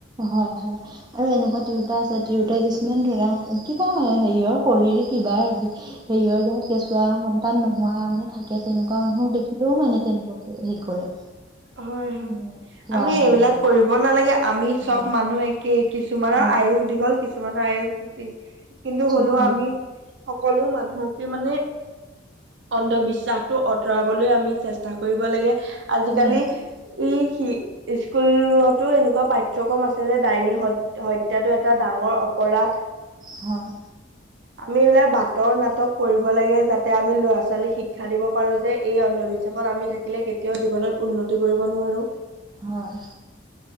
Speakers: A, on the right; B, on the right.
A: হয়, হয়। আৰু এনেকুৱা তিৰোতা আছে তিৰোতা কিছুমান ধৰা কিবা হেৰিয়ৰ শৰীৰ কিবা, হেৰিয়ৰ জহত কেঁচুৱা সন্তান নোহোৱা মানে থাকে তেনেকুৱা মানুহক দেখিলেও মানে তেনেকুৱাকে হেৰি কৰে।
B: হয়, হয়।
A: উম খোৱাৰ
B: আমি
A: ধৰণে
B: এইবিলাক কৰিব নালাগে আমি চব
A: হয়
B: মানুহ একে কিছুমানৰ
A: হয়
B: আয়ুস দীঘল কিছুমানৰ আয়ুস ছুটি। কিন্তু
A: ছুটি
B: হ'লেও আমি, সকলো মানুহ কি মানে, অন্ধবিশ্বাসটো অতৰাবলৈ আমি চেষ্টা কৰিব লাগে
A: হয়,
B: কালি ই সি স্কুলতো এনেকুৱা পাঠ্যক্ৰম আছে যে ডাইনী হত হত্যাটো এটা ডাঙৰ অপ পৰাধ।
A: হয়।
B: আমি এইবিলাক বাটৰ নাটক ক'ৰিব লাগে যাতে আমি ল'ৰা ছোৱালীক শিক্ষা দিব পাৰোঁ যে এই অন্ধবি বিশ্বাসত আমি থাকিলে কেতিয়াও জীৱনত উন্নতি কৰিব নোৱাৰোঁ।
A: হয়।